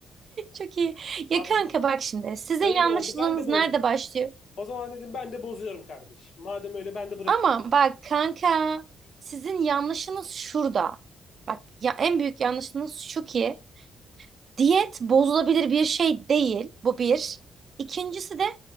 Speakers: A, on the right; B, on the left.
A: Çok iyi. Ya
B: Abi
A: kanka bak şimdi sizin
B: öyle
A: yanlışlığınız
B: oldu ben de bozdum.
A: nerede başlıyor?
B: O zaman dedim ben de bozuyorum kardeş. Madem öyle ben de bırakıyorum.
A: Ama bak kanka sizin yanlışınız şurada. Bak ya en büyük yanlışınız şu ki diyet bozulabilir bir şey değil. Bu bir. İkincisi de